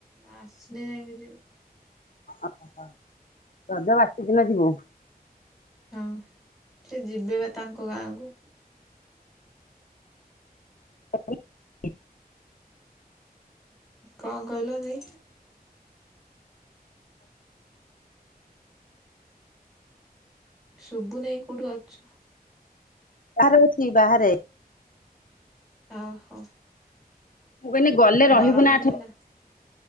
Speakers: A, in the centre; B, on the left.
A: ଆସିଲେ ଯାଇଁ ଜିମି।
B: ଓହୋ ରଜ ବାସି ଦିନ ଯିବୁ।
A: ହଁ ସେ ଯିବେ ବା ତାଙ୍କ ଗାଁକୁ।
B: <inaudible>
A: କଣ କହିଲ ଦେଇ। ଶୁଭୁନେଇ କୋଉଠି ଅଛ।
B: ବାହାରେ ଅଛି ବାହାରେ।
A: ଓହୋ।
B: ମୁଁ କହିଲି ଗଲେ
A: ଗରମ
B: ରହିବୁ
A: ହଉଛି
B: ଆଠ
A: ନା